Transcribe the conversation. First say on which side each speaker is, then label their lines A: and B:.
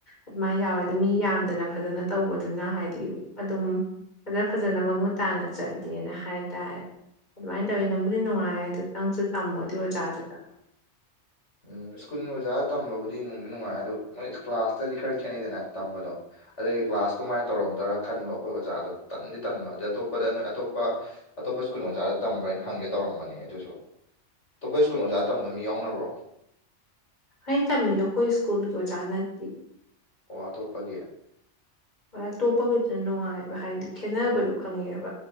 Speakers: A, on the left; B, on the left.
A: ꯑꯗꯨꯃꯥꯏꯅ ꯌꯥꯎꯋꯦ ꯑꯗꯨ ꯃꯤ ꯌꯥꯝꯗꯅ ꯐꯖꯅ ꯇꯧꯕꯗꯨꯅ ꯍꯥꯏꯗꯤ ꯑꯗꯨꯝ ꯐꯖ ꯐꯖꯅ ꯃꯃꯨꯠ ꯇꯥꯅ ꯆꯠꯂꯤꯅ ꯍꯥꯏꯇꯥꯔꯦ ꯑꯗꯨꯃꯥꯏꯅ ꯇꯧꯋꯤ ꯅꯨꯡꯕꯨꯗꯤ ꯅꯨꯡꯉꯥꯏ ꯑꯗꯨ ꯅꯪꯁꯨ ꯇꯝꯃꯣ ꯑꯗꯨ ꯑꯣꯖꯥꯗꯨꯗ
B: ꯎꯝ ꯁ꯭ꯀꯨꯜꯒꯤ ꯑꯣꯖꯥ ꯇꯝꯕꯕꯨꯗꯤ ꯅꯨꯡꯗꯤ ꯅꯨꯡꯉꯥꯏ ꯑꯗꯣ ꯃꯣꯏ ꯀ꯭ꯂꯥꯁꯇꯗꯤ ꯈꯔ ꯈꯦꯠꯅꯩꯗꯅ ꯇꯝꯕꯗꯣ ꯑꯗꯒꯤ ꯀ꯭ꯂꯥꯁ ꯀꯃꯥꯏꯅ ꯇꯧꯔꯝꯗꯣꯏꯔꯥ ꯈꯟꯕ ꯑꯩꯈꯣꯏ ꯑꯣꯖꯥꯗꯣ ꯇꯟꯗꯤ ꯇꯟꯕ ꯑꯗꯩ ꯑꯇꯣꯞꯄꯗ ꯅꯣꯏ ꯑꯇꯣꯞꯄ ꯑꯇꯣꯞꯄ ꯁ꯭ꯀꯨꯜ ꯑꯣꯖꯥꯗ ꯇꯝꯕ꯭ꯔꯅ ꯍꯪꯒꯦ ꯇꯧꯔꯝꯕꯅꯦ ꯑꯗꯨꯁꯨ ꯑꯇꯣꯞꯄ ꯁ꯭ꯀꯨꯜ ꯑꯣꯖꯥ ꯇꯝꯕ ꯃꯤ ꯌꯥꯎꯅꯕ꯭ꯔꯣ
A: ꯑꯩ ꯇꯝꯃꯤꯗꯣ ꯑꯩꯈꯣꯏ ꯁ꯭ꯀꯨꯜꯒꯤ ꯑꯣꯖꯥ ꯅꯠꯇꯦ
B: ꯑꯣ ꯑꯇꯣꯞꯄꯒꯤ
A: ꯍꯣꯏ ꯑꯇꯣꯞꯄꯒꯤꯗꯨꯅ ꯅꯨꯡꯉꯥꯏꯑꯕ ꯍꯥꯏꯗꯤ ꯈꯦꯠꯅꯕꯗꯣ ꯈꯪꯉꯦꯕ